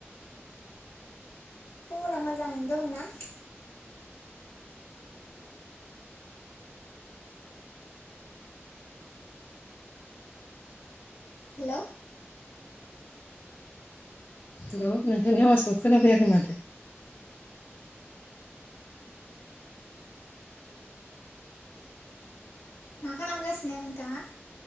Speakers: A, on the left; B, on the left.
A: खबरा मोजाङैनो दंना? हेल'
B: हेल' नोंथांनि आवाजखौ खोनाफैयाखै माथो
A: मा खालामगासिनो नोंथाङा।